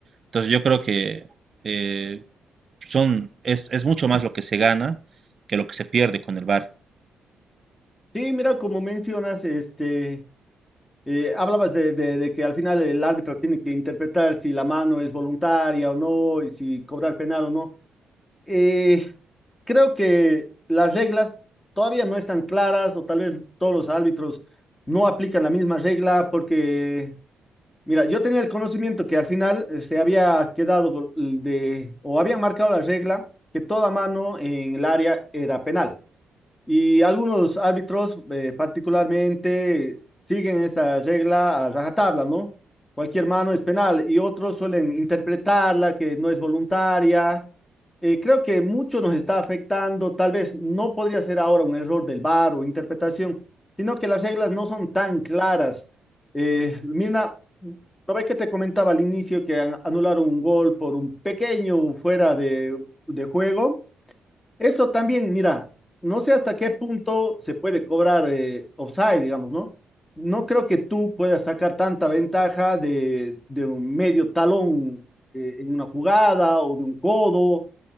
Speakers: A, on the right; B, on the left.
A: Entonces yo creo que eh, son, es, es mucho más lo que se gana que lo que se pierde con el VAR.
B: Sí, mira, como mencionas, este, Eh, hablabas de, de- de que al final el árbitro tiene que interpretar si la mano es voluntaria o no, y si cobrar penal o no. Eh, creo que las reglas todavía no están claras o tal vez todos los árbitros no aplican la misma regla porque, mira, yo tenía el conocimiento que al final eh, se había quedado mm, de, o habían marcado la regla que toda mano en el área era penal. Y algunos árbitros eh, particularmente siguen esa regla a rajatabla, ¿no? Cualquier mano es penal y otros suelen interpretarla que no es voluntaria. Eh, creo que mucho nos está afectando, tal vez no podría ser ahora un error del VAR o interpretación, sino que las reglas no son tan claras. Eh, mira, ¿no ves que te comentaba al inicio que an- anularon un gol por un pequeño fuera de, de juego? Eso también, mira, no sé hasta qué punto se puede cobrar eh, offside, digamos, ¿no? No creo que tú puedas sacar tanta ventaja de, de un medio talón eh, en una jugada o de un codo.